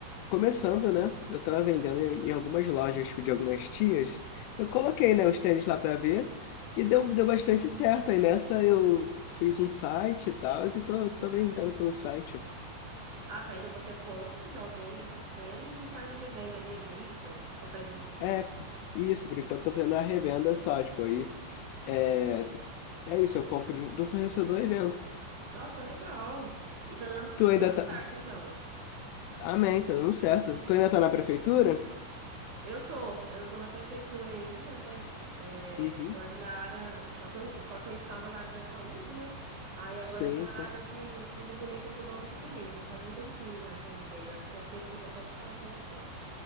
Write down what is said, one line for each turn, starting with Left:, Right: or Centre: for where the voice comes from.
Left: começando, né? Eu tava vendendo em em algumas lojas, tipo, de algumas tias. Eu coloquei,
Right: Uhum.
Left: né, os tênis lá pra ver e deu, deu bastante certo. Aí nessa eu fiz um site e tal, e tô, tô vendendo pelo site.
Right: Ah, tá. Então você compra de alguém esses tênis e faz a revenda deles, é isso? Só pra entender.
Left: É, isso, por enquanto eu tô fazendo a revenda só, tipo, aí é, é isso, eu compro de um de um fornecedor e vendo.
Right: Nossa, legal. E tá dando,
Left: Tu
Right: tá
Left: ainda
Right: dando certo,
Left: tá.
Right: então.
Left: Amém, tá dando certo. Tu ainda tá na prefeitura?
Right: Eu tô, eu tô na prefeitura ainda, né? É,
Left: Uhum.
Right: tô ali na área, só que eu, só que eu estava na área da saúde, né? Aí agora
Left: Sim,
Right: eu tô na
Left: sim.
Right: área de desenvolvimento econômico e turismo. Faz um tempinho já que eu mudei. Acho que eu esqueci de até de falar pra você.